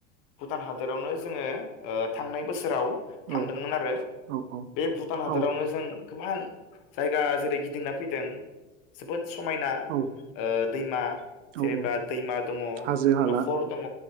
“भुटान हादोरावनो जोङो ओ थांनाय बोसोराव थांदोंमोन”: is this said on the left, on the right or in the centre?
Left